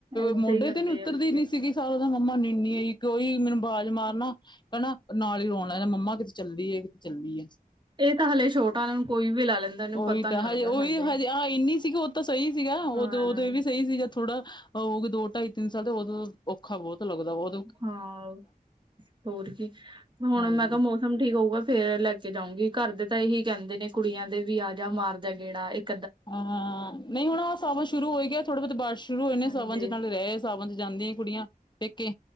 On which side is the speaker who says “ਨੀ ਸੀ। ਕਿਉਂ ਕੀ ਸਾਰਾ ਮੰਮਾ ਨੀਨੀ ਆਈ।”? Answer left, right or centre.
Left